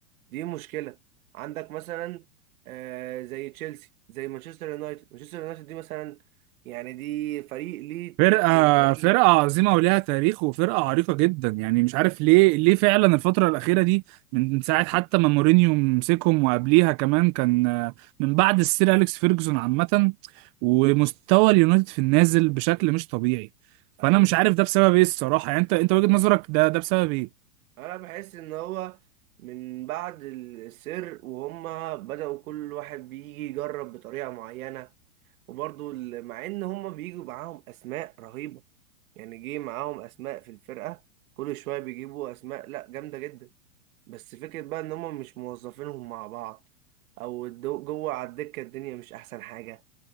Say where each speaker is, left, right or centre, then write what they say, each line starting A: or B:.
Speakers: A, on the right; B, on the right.
A: دي مشكلة عندك مثلا آه، زي تشيلسي زي مانشستر يونايتد مانشستر يونايتد دي مثلا يعني دي فريق ليه
B: فرقة
A: اسم وتاريخ
B: فرقة عظيمة ولها تاريخ وفرقة عريقة جدا يعني مش عارف ليه ليه فعلا الفترة الأخيرة دي من من ساعة حتى ما مورينيو مسكهم وقبليها كمان كان آه، من بعد السير أليكس فيرجسون عامة ومستوى اليونايتد في النازل بشكل مش طبيعي فأنا
A: ايوه
B: مش عارف ده بسبب إيه الصراحة يعني أنت أنت وجهة نظرك ده ده بسبب إيه
A: انا بحس ان هو من بعد السر وهم بدأوا كل واحد بيجي يجرب بطريقة معينة وبرضو ال- مع ان هم بيجوا معاهم اسماء رهيبة يعني جه معاهم اسماء في الفرقة كل شوية بيجيبوا اسماء لا جامدة جدا بس فكرة بقى ان هم مش موظفينهم مع بعض او الدو- جوه على الدكة الدنيا مش احسن حاجة